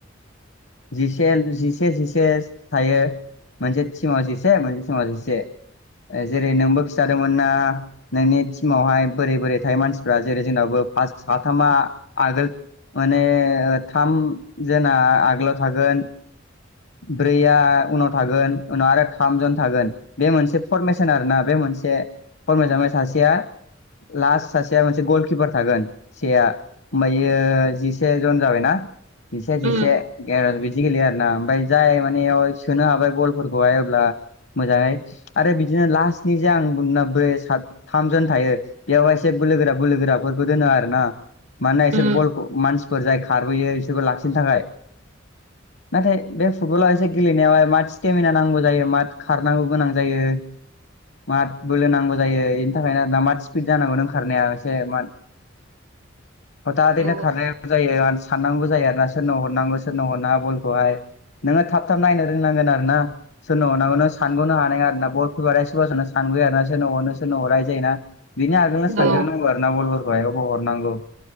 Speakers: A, on the left; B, on the right.
A: जिसे जिसे जिसे थायो मोनसे टिमाव जिसे मोनसे टिमाव जिसे। जेरै नोंबो खिथादोंमोन ना नोंनि टिमावहाय बोरै बोरै थायो मानसिफ्रा जेरै जोंनावबो फास साथामा आगोल माने थाम जोना आगोलाव थागोन ब्रैया उनाव थागोन उनाव आरो थामजन थागोन बे मोनसे फरमेसन आरोना बे मोन से <unintelligible> सासेया लास्ट सासेया मोनसे गलकिपार थागोन सेआ ओमाफायो जिसे जन जाबायना? जिसे जिसे
B: उम
A: बिदि गेलेयो आरोना ओमफाय जाय माने इयाव सोनो हाबाय गलफोरखौहाय अब्ला मोजाङै आरो बिदिनो लास्टनि जे आं बुंदोंना बै साथामजन थायो बेयावहाय इसे बोलोगोरा बोलोगोराफोरखौ दोनो आरोना। मानोना इसोर
B: उम
A: बलखौ मानसिफोर जाय खारबोयो इसोरखौ लाखिनो थाखाय। नाथाय बे फुटबलाव एसे गेलेनायावहाय माथ स्टेमिना नांगौ जायो माथ खारनांगौ गोनां जायो। माथ बोलो नांगौ जायो इनि थाखायनो दा माथ स्पिद जानांगौ नों खारनाया एसे माथ <inaudible> हरथादैनो
B: औ
A: खारनांगौ जायो आरो साननांगौ जायो आरोना सोरनो हरनांगौ सोरनो हरनाङा बलखौहाय नोङो थाब थाब नायनो रोंनांगोन आरोना। सोरनो हरनांगौ नों सानग'नो हानाय नङा आरोना बल फैबाथाय <unintelligible> सानग्रोयो आरो ना सोरनो हरनो सोरनो हरा इदि जायो ना बिनि आगोलनो सानग्रोनांगौ
B: औ
A: आरो ना बलफोरखौ हाय आबाव हरनांगौ